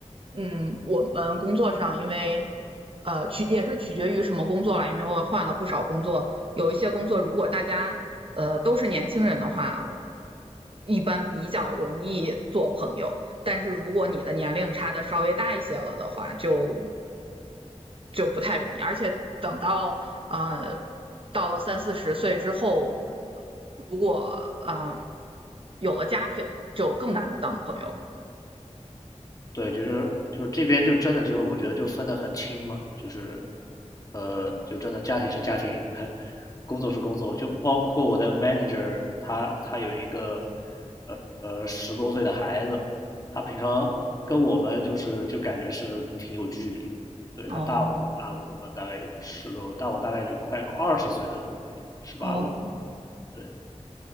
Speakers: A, on the right; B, on the left.
A: 嗯，我们工作上因为呃取也是取决于什么工作了，因为我换了不少工作，有一些工作如果大家呃都是年轻人的话，一般比较容易做朋友。但是如果你的年龄差的稍微大一些了的话，就就不太容易。而且等到呃到了三四十岁之后，如果嗯、呃有了家庭，就更难当朋友了。
B: 对，就是就是这边就真的就是我觉得就分得很清嘛，就是呃，就真的家庭是家庭，工作是工作，就包括我的 manager 他他有一个呃十多岁的孩子，他平常跟我们就是就感觉是挺有距离的，对他大我大我们大概有十多，
A: 哦
B: 大我大概就快二十岁的，对，十八岁，
A: 哦，
B: 对，